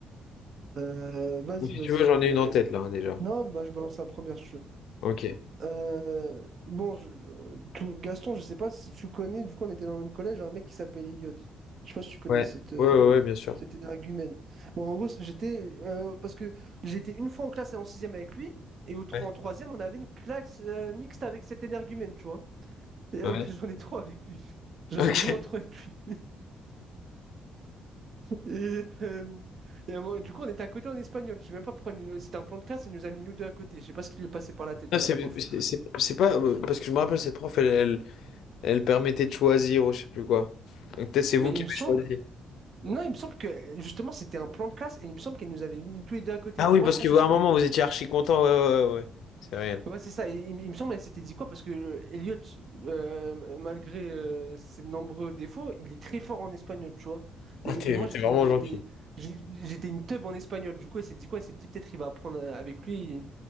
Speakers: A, on the right; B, on the left.
A: Euh, vas-y,
B: Ou si
A: vas-y.
B: tu veux, j'en ai
A: Ok.
B: une en tête, là, hein, déjà.
A: Non, bah, je balance la première,
B: Ok.
A: Euh, bon, je- euh, tout- Gaston, je sais pas si tu connais, du coup, on était dans le même collège, un mec qui s'appelle Elliot. Je sais pas si tu connais
B: Ouais.
A: cette, euh,
B: Ouais, ouais, ouais, bien sûr.
A: cet énergumène. Bon, en gros, j'étais. euh, parce que j'étais une fois en classe en sixième avec lui, et au, tro-
B: Ouais.
A: en troisième, on avait une classe euh, mixte avec cet énergumène, tu vois. Et, euh,
B: Ouais.
A: <laughs>
B: <laughs>
A: j'en ai trop avec lui. J'en
B: Ok.
A: ai vraiment trop avec lui. Et, euh, et à moi- du coup, on était à côté en espagnol. Je sais même pas pourquoi. elle nous- C'était un plan de classe, et elle nous a mis nous deux à côté. Je sais pas ce qui lui est passé par la tête
B: Non,
A: à
B: C'est
A: la prof.
B: c'est- c'est- c'est pas... euh, Parce que je me rappelle, cette prof, elle, elle, elle permettait de choisir ou je sais plus quoi. Donc peut-être c'est vous
A: Mais
B: qui
A: il me
B: avez
A: semble.
B: choisi.
A: Non, il me semble que euh, justement c'était un plan de classe et il me semble qu'elle nous avait mis tous les deux à côté.
B: Ah
A: Mais
B: oui,
A: moi
B: parce
A: je pensais
B: qu'à
A: que c'était.
B: un moment, vous étiez archi content. Ouais, ouais, ouais, ouais. C'est réel.
A: Ouais, c'est ça. Et il, il me semble qu'elle s'était dit quoi? Parce que euh, Elliot, euh, malgré euh, ses nombreux défauts, il est très fort en espagnol, tu vois.
B: Ah,
A: Et,
B: t'es
A: et moi j'étais
B: t'es vraiment
A: j'étais
B: gentil.
A: j'ai- j'étais une teub en espagnol. Du coup, elle s'est dit quoi? Elle s'est dit peut-être il va apprendre euh, avec lui.